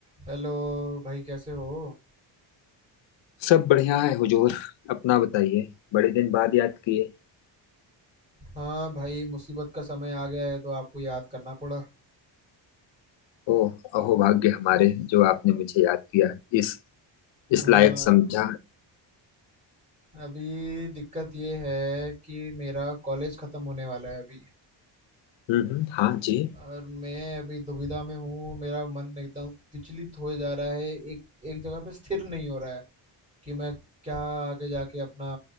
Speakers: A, on the right (about 15°); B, on the left (about 75°).
A: Hello भाई कैसे हो
B: सब बढ़िया है हुजूर अपना बताइए बड़े दिन बाद याद किए
A: हाँ भाई मुसीबत का समय आ गया है तो आपको याद करना पड़ा
B: ओ अहो भाग्य हमारे जो आपने मुझे याद किया इस
A: हाँ
B: इस लायक समझा
A: अभी दिक्कत ये है कि मेरा कॉलेज ख़त्म होने वाला है अभी
B: हम्म हम्म, हाँ जी
A: और मैं अभी दुविधा में हूँ मेरा मन एकदम विचलित हो जा रहा है एक एक जगह पे स्थिर नहीं हो रहा है कि मैं क्या आगे जाके अपना